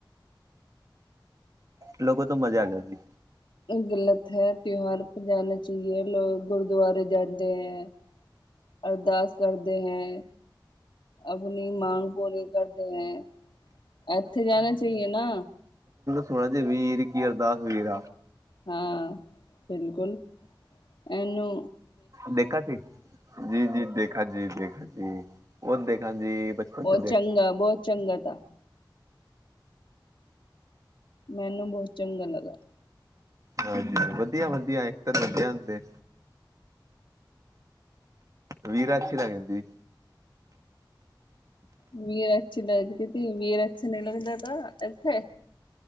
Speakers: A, on the right; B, on the left.
A: ਲੋਕ ਤਾਂ ਮਜ਼ਾ ਆ ਜਾ ਸੀ
B: ਗਲਤ ਹੈ ਤਿਉਹਾਰ ਜਾਣਾ ਚਾਹੀਏ ਲੋਕ ਗੁਰੂਦੁਆਰੇ ਜਾਂਦੇ ਹੈ ਅਰਦਾਸ ਕਰਦੇ ਹੈ ਆਪਣੀ ਮਾਂਗ ਪੂਰੀ ਕਰਦੇ ਹੈ ਇੱਥੇ ਜਾਣਾ ਚਾਹੀਏ ਨਾ
A: ਸੁਣਾ ਜੇ ਵੀਰ ਕੀ ਅਰਦਾਸ ਵੀਰ
B: ਹਾਂ ਬਿਲਕੁਲ ਇਹਨੂੰ
A: ਦੇਖਾ ਸੀ ਜੀ ਜੀ ਦੇਖਾ ਜੀ ਦੇਖਾ ਜੀ ਉਹ ਦੇਖਾ ਬਚਪਨ
B: ਬਹੁ
A: ਚ
B: ਚੰਗਾ ਬਹੁਤ ਚੰਗਾ ਤਾ ਮੈਨੂੰ ਬਹੁਤ ਚੰਗਾ ਲੱਗਾ
A: ਹਾਂਜੀ ਵਧੀਆ ਵਧੀਆ ਐਕਟਰ ਵਧਿਆ ਹੁੰਦੇ ਵੀਰਾ ਅੱਛੀ ਲੱਗ ਜਾਂਦੀ
B: ਵੀਰ ਅੱਛੀ ਲੱਗਦੀ ਤੀ ਵੀਰ ਅੱਛਾ ਨਹੀਂ ਲਗਦਾ ਤਾਂ ਇੱਥੇ